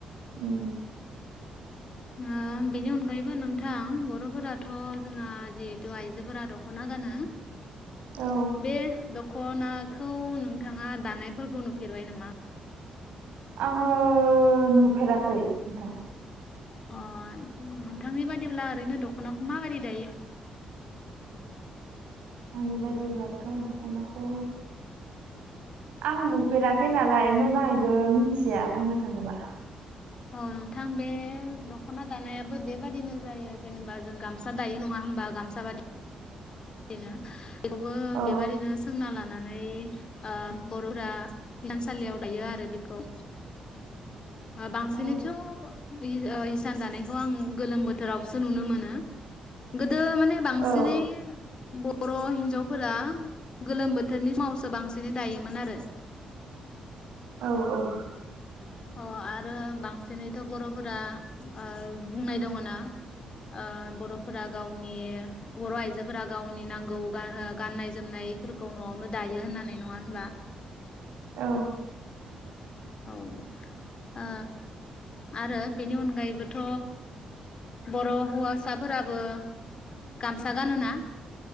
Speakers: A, on the right (about 85°); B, on the left (about 40°).
A: औ
B: <unintelligible> बेनि अनगायैबो नोंथ थां बर'फोराथ' जोंहा जिहेथु आइजोफोरा दख'ना गानो
A: औ
B: बे दख'नाखौ नोंथाङा दानायफोरखौ नुफेरबाय नामा?
A: आङो नुफेराखै नोंथां
B: अ नोंथांनि बादिब्ला ओरैनो दख'नाखौ माबायदि दायो?
A: आंनि बायदिब्लाथ' दख'नाखौ आं नुफेराखै नालाय मोजाङैबो मिनथिया बुंनो थाङोबा
B: औ नोंथां बे दख'ना दानायाबो बेबादिनो जायो जेनेबा जों गामसा दायो नङा मोनबा गामसा बादि इनो बेखौबो
A: औ
B: बेबादिनो सोंना लाना नै ओ बर'फोरा हिनसालियाव दायो आरो बेखौ ओ बांसिनैथ'
A: औ
B: ओ आं ओ हिसान दानायखौ आं गोलोम बोथोरावसो नुनो मोनो गोदो माने <unintelligible> बांसिनै
A: औ
B: ब बर' हिनजावफोरा गोलोम बोथोरनि समावसो बांसिनै दायोमोन आरो
A: औ -औ
B: अ आरो बांसिनैथ' बर'फोरा ओ बुंनाय दङ' ना ओ बर'फोरा गावनि बर' आइजोफोरा गावनि नांगौ गा ओ गाननाय जोमनायफोरखौ न'आवनो दायो होननानै नङा होनबा?
A: औ
B: औ ओ आरो बेनि अनगायैबोथ' बर' हौवासाफोराबो गामसा गानोना?